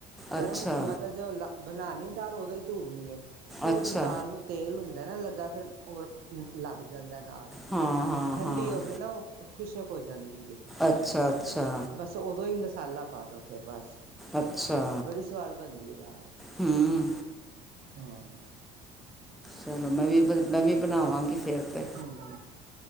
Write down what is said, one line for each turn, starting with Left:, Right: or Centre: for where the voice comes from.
Right: ਗਰਮ
Centre: ਅੱਛਾ,
Right: ਮਤਲਬ ਜੋ ਲ ਬਣਾਣੀ ਦਾਲ ਉਹੋਂ ਹੀ ਧੂੜਨੀ ਐ ਕੀ ਉਦੋ
Centre: ਅੱਛਾ
Right: ਦਾਲ ਨੂੰ ਤੇਲ ਹੁੰਦਾ ਨਾ ਲੱਗਾ ਫੇਰ ਹੋਰ ਲੱਗ ਜਾਂਦਾ ਨਾਲ
Centre: ਹਾਂ, ਹਾਂ,
Right: ਠੰਡੀ
Centre: ਹਾਂ
Right: ਹੋ ਕੇ ਨਾ ਓ ਉਹ ਖੁਸ਼ਕ ਹੋ ਜਾਂਦੀ ਏ,
Centre: ਅੱਛਾ, ਅੱਛਾ,
Right: ਬਸ ਓਦੋਂ ਈ ਮਸਾਲਾ ਪਾ ਦੋ ਫੇਰ ਬਸ,
Centre: ਅੱਛਾ
Right: ਬੜੀ ਸੋਆਦ ਬਣਦੀ ਐ ਰਾਜ
Centre: ਹੂੰ
Right: ਹਾਂ।
Centre: ਚਲੋ ਮੈਂ ਵੀ ਫੇਰ ਮੈਂ ਵੀ ਬਣਾਵਾਂਗੀ ਫੇਰ ਤੇ।
Right: ਹੂੰ